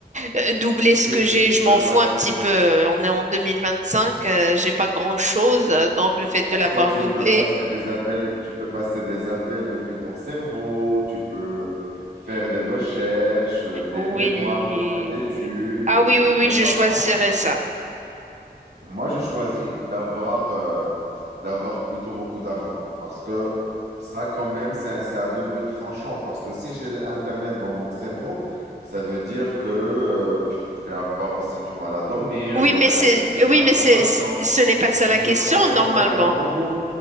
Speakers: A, on the right; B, on the right.
A: Euh, doubler ce
B: Oui,
A: que
B: tu
A: j'ai, je m'en
B: peux passer.
A: fous un petit peu. On est en 2025, euh, j'ai pas grand-chose, euh, donc le fait
B: Après,
A: de l'avoir
B: tu
A: doublé,
B: peux passer des appels, tu peux passer des appels depuis ton cerveau, tu peux faire des recherches, euh, des
A: oui.
B: mémoires de fin d'études.
A: Ah oui oui oui,
B: Mais
A: je
B: par
A: choisirais
B: contre,
A: ça.
B: moi, je choisis d'avoir euh, d'avoir plutôt beaucoup d'argent parce que ça, quand même, c'est, c'est à double tranchant. Parce que si j'ai Internet dans mon cerveau, ça veut dire que euh, pff, je vais avoir aussi du mal à dormir,
A: Oui,
B: j'aurai
A: mais c'est
B: beaucoup plus
A: oui,
B: d'informations,
A: mais c'est ce n'est pas ça
B: je
A: la
B: vais me
A: question
B: transformer
A: normalement.
B: en robot.